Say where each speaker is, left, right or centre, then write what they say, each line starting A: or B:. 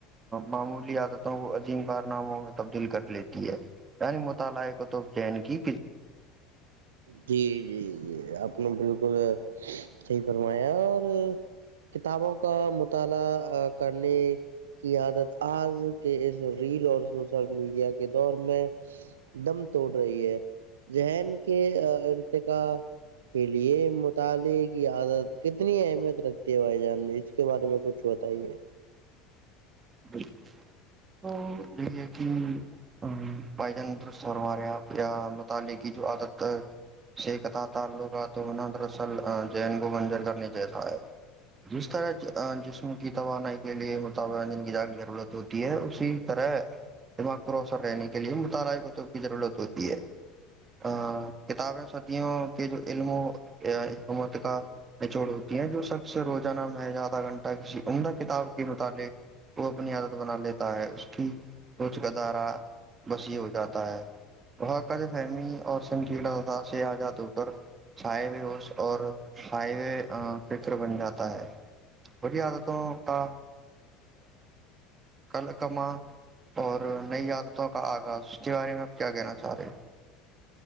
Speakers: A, on the right; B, on the right.
A: معمولی عادتوں کو عجی کارناموں میں تبدیل کر لیتی ہے یعنی مطالعہ کو تو جین کی
B: جی جی جی اپپ نے بالکل صحیح فرمایا اور کتابوں کا مطالعہ کرنے کی عادت آج کے اس ریل اور سوشل میڈیا کے دور میں دم توڑ رہی ہے جہن کے ارت کا کے لیے مطالعے کی عادت کتنی اہمیت رکھتی ہے بھائی جان کے بارے میں کچھ بتائیے
A: بکل تو یہ ہے کہ ہ بھائی جانرست ہمارے یہاںپ متالعے کی جو عادت ہے س کہتاا تھا اللو کا تونا دراصل جین کو منجر کرنے جیسا ہے جس طرح جسم کی توانائی کے لیے م ضرورت ہوتی ہے اسی طرح دماغ پروسر رہنے کے لیے مطالعہ کطور کی ضرورت ہوتی ہے ا کتابیں صدیوں کے جو علم ہو حکومت کا نچوڑ ہوتی ہیں جو شخص سے روزانہ میں آدھا گھنٹہ کسی عمدہ کتاب کے متعلق وہ اپنی عادت بنا لیتا ہے اس کی روچ کا دارا بسی ہو جاتا ہے بق فہمی اور سنگیلادار سے آزاد ہو کر سائے بھی ہوش اور سائے بھی فکر بن جاتا ہے وٹیا آ تھا ہے تو کا کل کما اور نئی عادتوں کا آغاز اس کے بارے میں آپ کیا کہنا چاہ رہے ہیں